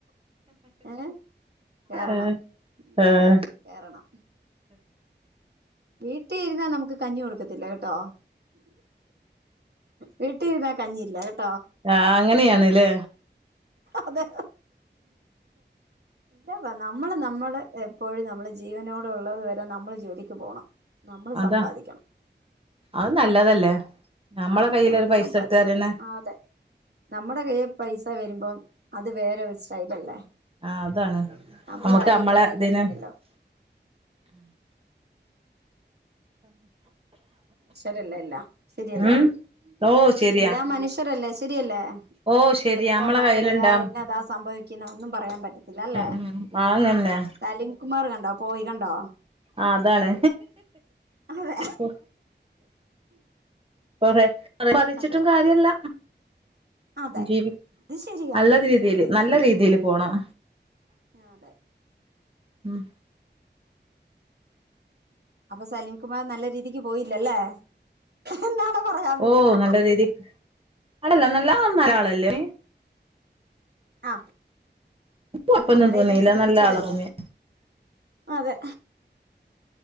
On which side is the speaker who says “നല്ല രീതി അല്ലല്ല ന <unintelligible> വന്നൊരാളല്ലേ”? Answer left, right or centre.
Right